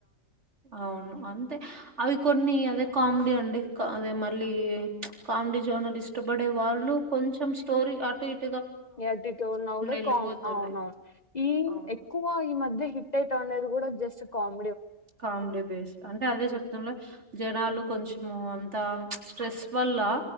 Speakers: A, on the right; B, on the left.
A: అవును అంతే అవి కొన్ని అదే కామెడీ అండి క అదే మళ్ళీ కామెడీ జోనల్ ఇష్టపడే వాళ్ళు కొ కొంచెం స్టోరీ అటు ఇట్
B: ఇగ అట్ట ఇట్ట ఉన్న కూడా
A: ఎళ్ళిపోతున్నాయి.
B: అవునవును ఈ
A: అవును.
B: ఎక్కువ ఈ మధ్య హిట్ అయితా ఉండేది కూడా జస్ట్ కామ్
A: కామిడీ బేస్ అంటే అదే చెప్తుంలే జనాలు కొంచెము అంత స్ట్రెస్ వల్ల